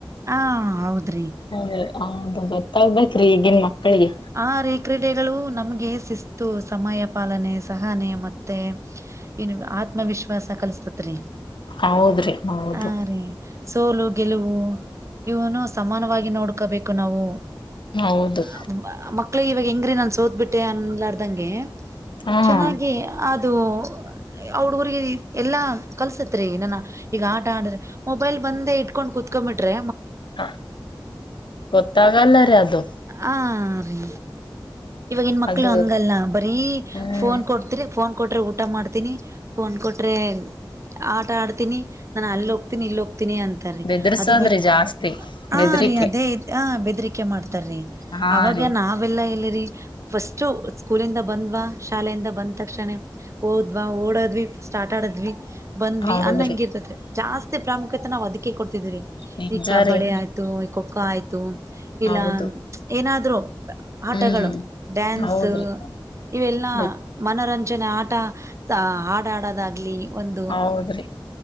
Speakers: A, on the right; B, on the left.
A: ಹಾ ಹೌದ್ರಿ
B: ಹಾಗೆ ಹದು ಗೊತ್ತಾಗಬೆಕರಿ ಈಗಿನ್ ಮಕ್ಕಳಿಗೆ
A: ಹಾರ್ರಿ ಕ್ರೀಡೆಗಳು ನಮಗೆ ಶಿಸ್ತ ಸಮಯ ಪಾಲನೆ ಸಹನೆ ಮತ್ತೆ ಇನ್ನು ಆ ಆತ್ಮವಿಶ್ವಾಸ ಕಲಸ್ತತ್ರಿ
B: ಹೌದ್ರಿ ಹೌದು
A: ಹಾ ರಿ ಸೋಲು ಗೆಲುವು ಇವನು ಸಮಾನವಾಗಿ ನೋಡ್ಕೋಬೇಕು ನಾವು
B: ಹೌದು
A: ಆ ಮಕ್ಳಿಗೆ ಇವಾಗ ಹೆಂಗ್ರೀ ನಾನು ಸೋತಬಿಟ್ಟೆ ಅಲ್ಲಿಾರ್ದಂಗೆ
B: ಹ್ಮ
A: ಚೆನ್ನಾಗಿ ಆದ ಅದು ಆ ಹುಡುಗರಿಗೆ ಎಲ್ಲಾ ಕಲ್ಸತ್ರಿ. <inaudible> ಈಗ ಆಟ ಆಡದ್ರೆ ಮೊಬೈಲ್ ಬಂದೇ ಇಟ್ಕೊಂಡ್ ಕುೂತ್ ಕಬಿಟ್ರೆ
B: ಹ ಗೊತ್ತಾಗಲ್ಲರೀ ಅದು
A: ಹ ರೀ ಇವಾಗ ಇನ್ ಮಕ್ಳು
B: ಅದು
A: ಹಂಗಲ್ಲ ಬರೀ
B: ಹ್ಮ್
A: ಫೋನ್ ಕೊಡ್ತಿರಿ. ಫೋನ್ ಕೊಟ್ರೆ ಊಟಾ ಮಾಡ್ತೀನಿ. ಫೋನ್ ಕೊಟ್ರೆ ಆಟಾ ಆಡ್ತೀನಿ. ನಾನ ಅಲ್ಲಿ ಹೋಗ್ತೀನಿ ಇಲ್ಲಿ ಹೋಗ್ ತಿನಿ ಅಂತಾರೀ
B: ಬೆದರ್ಸೋದ್ರಿ
A: ಅದು ಬಿಟ್ಟ
B: ಜಾಸ್ತಿ
A: ಹ
B: ಬೆದರಿಕೆ
A: ರೀ ಅದೇ ಹ್ ಬೆದ್ರಿ ಕೆ ಮಾಡ್ತಾರೀ.
B: ಹಾ
A: ಅವಾಗೇ
B: ರೀ
A: ನಾವೆಲ್ಲಾ ಇಲ್ಲಿ. ರಿ ಫಷ್ಟು ಸ್ಕೂಲಿಂದ ಬಂದ್ವಾ ಶಾಲೆಯಿಂದ ಬಂದ್ ತಕ್ಷಣ ಹೋದ್ವಾ ಓಡದ್ವಿ ಫರ್ಸ್ಟ್ ಆಟ ಆಡದ್ವಿ. ಬಂದ್ವಿ
B: ಹೌದ್ರಿ
A: ಅನ್ ಹಂಗಿರ್ತತ್. ಜಾಸ್ತಿ ಪ್ರಾಮುಖ್ಯತೆ ನಾವ್ ಅದಿಕೆ ಕೊಡ್ತಿದ್ದುವ್ ರಿ.
B: ನಿಜ
A: ಈ ಕಬಡ್ಡಿ
B: ರೀ
A: ಆಯ್ತು ಖೋಖೋ ಆಯ್ತು ಇಲ್ಲ.
B: ಹೌದು
A: ಏನಾದ್ರು ಆಟಗಳು
B: ಹ್ಮ್
A: ಡ್ಯಾನ್ಸು
B: ಹೌದ್ರಿ
A: ಇವೆಲ್ಲಾ
B: ಗೊತ್-
A: ಮನರಂ. ಚನಾಟ ಸಾ ಹಾಡಾಡದಾಗ್ಲಿ ಒಂದು.
B: ಹೌದ್ರಿ